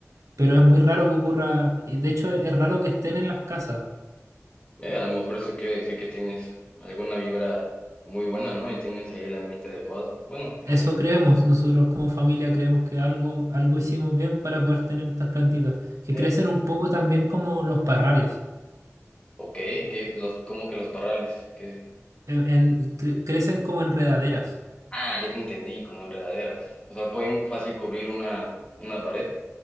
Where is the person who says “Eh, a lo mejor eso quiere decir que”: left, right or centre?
Left